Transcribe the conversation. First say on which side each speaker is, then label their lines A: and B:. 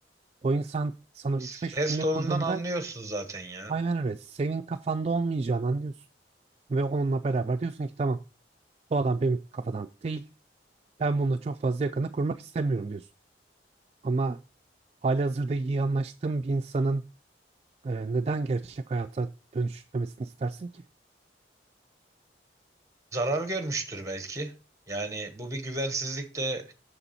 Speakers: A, on the right; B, on the right.
A: O insan sana
B: Ses
A: 3-5 cümle
B: tonundan
A: kurduğunda
B: anlıyorsun zaten ya.
A: aynen öyle senin kafanda olmayacağını anlıyorsun. Ve onunla beraber diyorsun ki tamam bu adam benim kafadan değil. Ben bununla çok fazla yakını kurmak istemiyorum diyorsun. Ama halihazırda iyi anlaştığın bir insanın e, neden gerçek hayata dönüştürmemesini istersin ki?
B: zarar görmüştür belki. Yani bu bir güvensizlik de